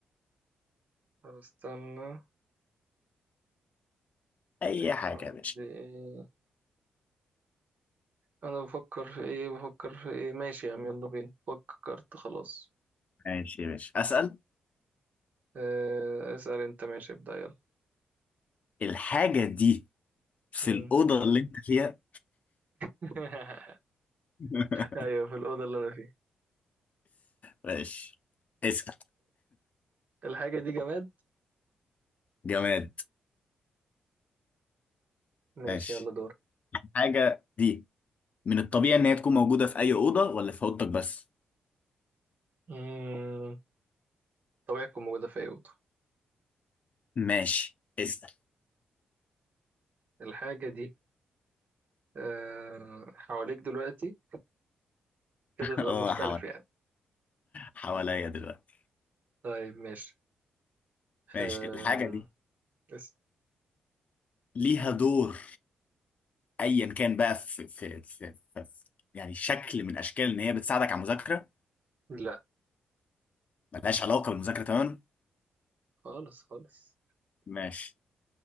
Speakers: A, on the right; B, on the left.
A: طب استنى
B: اي
A: انا
B: حاجه
A: قصدي
B: يا باشا
A: ايه انا بفكر في ايه بفكر في ايه ماشي يا عم يلا بينا فكرت خلاص
B: ماشي يا باشا اسال
A: آه، اسأل انت ماشي ابدأ يلا
B: الحاجه دي في
A: مم.
B: الاوضه اللي انت فيها
A: <laughs>
B: <laughs>
A: ايوه في الأوضة اللي انا فيها
B: ماشي اسال
A: الحاجة دي جماد
B: جماد
A: ماشي
B: ماشي
A: يلا دور
B: الحاجه دي من الطبيعي ان هي تكون موجوده في اي اوضه ولا في اوضتك بس
A: مم. طبيعة تكون موجودة في اي أوضة
B: ماشي اسال
A: الحاجة دي أه حواليك دلوقتي كده
B: <laughs>
A: سؤال
B: اه
A: مختلف
B: حوالي
A: يعني
B: حواليا دلوقتي
A: طيب ماشي
B: ماشي
A: أه
B: الحاجه دي
A: اسأل
B: ليها دور ايا كان بقى في في في, في, في يعني شكل من اشكال ان هي بتساعدك على المذاكره
A: لا
B: ملهاش علاقه بالمذاكره تماما
A: خالص خالص
B: ماشي